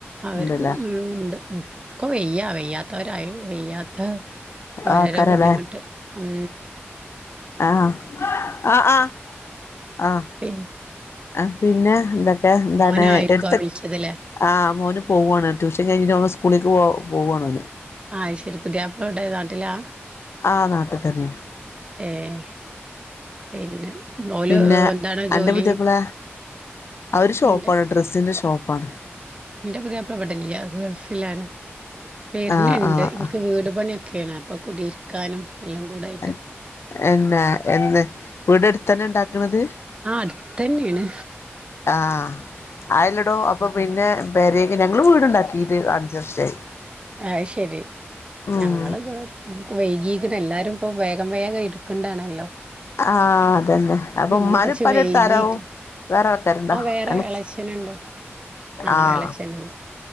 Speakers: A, on the right; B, on the left.
A: അവര്
B: ഉണ്ടല്ലേ
A: ഉം ഇണ്ട് ഉം ഒക്കെ വെയ്യാ വെയ്യാത്തവരായി വെയ്യാത്ത ഓരോരോ
B: ആക്കാരല്ലേ
A: ബുദ്ധിമുട്ട് ഉം
B: അഹ് ആഹ് ആഹ് ആഹ് ആഹ്
A: പിന്നെ?
B: ആ പിന്നെ എന്തൊക്കെ എന്താണ്
A: മോനായിരിക്കും
B: എട്ത്ത
A: ആ വിളിച്ചതല്ലേ
B: ആ മോന് പോവാണ് ട്യൂഷൻ കഴിഞ്ഞിട്ട് ഓൻ സ്കൂളിക്ക് പോ പോവാണോന്.
A: അഹ് ശരി പുതിയാപ്പ്ള എവിടെ നാട്ടിലാ?
B: ആ നാട്ടിൽ തന്നെയ.
A: ഏഹ് പിന്നെ ഓല്
B: പിന്നെ
A: ഹ് എന്താണ്
B: അന്റെ
A: ജോലി?
B: പുതിയാപ്പള അവര് ഷോപ്പാണ്
A: ഇന്റെ
B: ഡ്രസ്സിന്റെ ഷോപ്പാണ്.
A: ഇന്റെ പുതിയാപ്ല ഇവടെല്ല ഗൾഫിലാണ് വെര്ൻണ്ട്
B: ആഹ് ആഹ്
A: ഇൻ
B: ആഹ്
A: ക്ക് വീട് പണിയൊക്കെയാണ് അപ്പൊ കുടിയിരിക്കാനും എല്ലം കൂടെ
B: എൻ എന്നാ എന്ന് വീടെടുത്തന്നെ ഇണ്ടാക്ക്ണത്?
A: ആ അട്ത്തെന്നേണ്
B: ആ ആയെല്ലെടോ ഒ പ്പൊ പിന്നെ പെരേക്ക് ഞങ്ങള് വീടുണ്ടാക്കിട്ട് അഞ്ച് വർഷായി.
A: അഹ്ശെരി
B: ഉം
A: ഞങ്ങ ഞങ്ങള്താ കു വൈകിക്ക്ണ് എല്ലാരും ഇപ്പൊ വേഗം വേഗം എടുക്ക്‌ണ്ടാണല്ലോ.
B: ആ അതന്നെ അപ്പൊ
A: ഞങ്ങള്
B: ഉമ്മാനും
A: കൊറച്ച്
B: ഉപ്പാനും
A: വൈകീട്ട്
B: അടുത്ത് ആരാവും വേറെ ആൾക്കാരുണ്ടോ
A: ആ വേറെ
B: അല്ല
A: എളച്ചനുണ്ട്. ആ
B: ആഹ്
A: എളച്ചനുണ്ട്